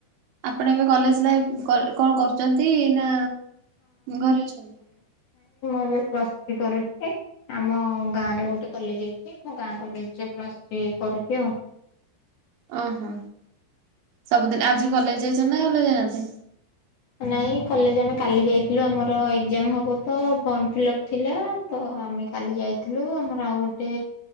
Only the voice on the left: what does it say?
ଏ ପ୍ଲସ ଥ୍ରୀ କରୁଛି ଆମ ଗାଁ ରେ ଗୋଟେ କଲେଜ ଅଛି ଆମ ଗାଁ କଲେଜ ପ୍ଲସ ଥ୍ରୀ। ଇଏ କରଛି ଆଉ।
ନାଇଁ କଲେଜ ଆମେ କାଲି ଯାଇଥିଲୁ ଆମର ଏକ୍ଜାମ ହବ ତ ଫର୍ମ ଫିଲ୍ଅପ ଥିଲା ତ। ଆମେ କାଲି ଯାଇଥିଲୁ ଆମର ଆଉ ଗୋଟେ